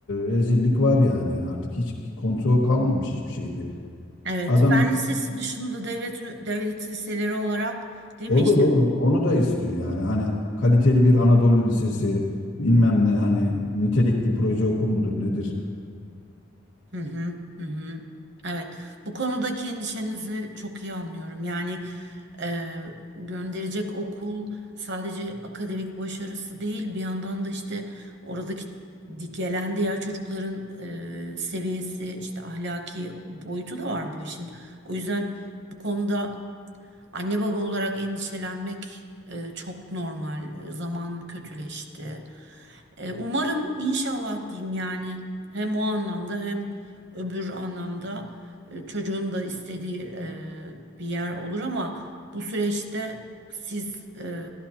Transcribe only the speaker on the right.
Evet,
fen lisesi dışında devlet devlet liseleri olarak değil
mi işte?
Hı hı, hı hı. Evet, bu konudaki endişenizi çok iyi anlıyorum. Yani e, gönderecek okul sadece akademik başarısı değil, bir yandan da işte oradaki di- gelen diğer çocukların e, seviyesi, işte ahlaki boyutu da var bu işin. O yüzden bu konuda anne baba olarak endişelenmek e, çok normal. E, Zaman kötüleşti. E, umarım inşallah diyeyim yani hem o anlamda hem öbür anlamda e, çocuğun da istediği e, bir yer olur ama bu süreçte siz e,